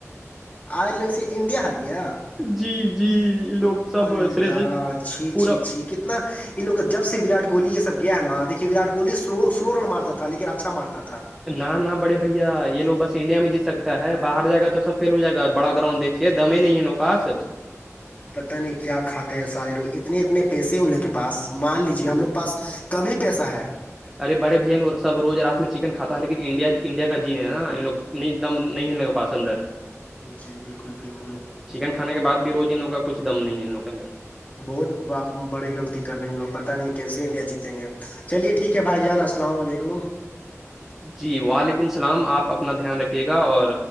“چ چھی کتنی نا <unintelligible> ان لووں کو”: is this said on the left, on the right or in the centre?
Left